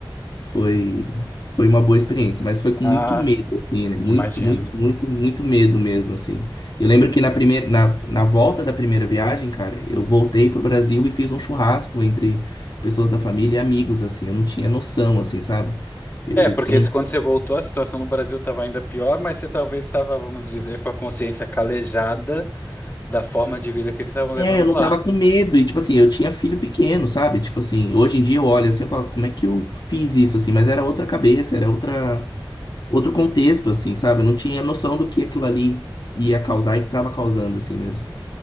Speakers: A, on the left; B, on the left.
A: foi foi uma boa experiência, mas foi com
B: Ah,
A: muito medo, assim, né? Muito,
B: Imagino.
A: muito, muito, muito medo mesmo, assim. Eu lembro que na primeira na, na volta da primeira viagem, cara, eu voltei pro Brasil e fiz um churrasco entre pessoas da família e amigos, assim. Eu não tinha noção, assim, sabe? Eu-
B: É,
A: Isso
B: porque
A: é um
B: se- quando você voltou, a situação no Brasil estava ainda pior, mas você talvez estava, vamos dizer, com a consciência calejada da forma de vida que eles estavam levando
A: É, eu não
B: lá.
A: tava com medo, e tipo assim, eu tinha filho pequeno, sabe? Tipo assim, hoje em dia eu olho assim e falo, como é que eu fiz isso, assim? Mas era outra cabeça, era outra, outro contexto, assim, sabe? Eu não tinha noção do que aquilo ali ia causar e que tava causando, assim mesmo.